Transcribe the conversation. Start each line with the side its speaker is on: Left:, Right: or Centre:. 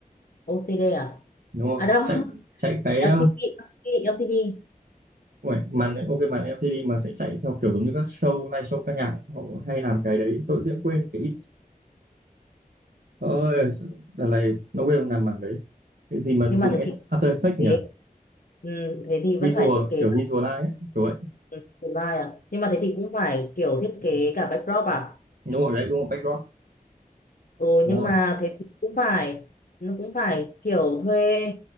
Left: OCD à
Right: đúng không
Left: à đâu <laughs>
Right: chạy chạy cái
Left: LCD
Right: ờ,
Left: LCD LCD
Right: không phải, màn ok màn LCD mà sẽ chạy theo kiểu giống như các show live show ca nhạc họ hay làm cái đấy tôi tự nhiên quên cái ôi đợt này nó quên làm màn đấy cái gì mà
Left: nhưng
Right: dùng
Left: mà thế thì
Right: After
Left: phải thiết
Right: Effects
Left: kế
Right: nhỉ
Left: ừ, thế thì vẫn
Right: visual
Left: phải thiết kế
Right: kiểu
Left: lại,
Right: visualize ấy, kiểu vậy
Left: ừ, slide à nhưng mà thế thì cũng phải kiểu thiết kế cả backdrop à
Right: đúng rồi đấy đúng rồi backdrop
Left: Ừ
Right: đúng
Left: nhưng
Right: rồi
Left: mà thế thì cũng phải nó cũng phải kiểu thuê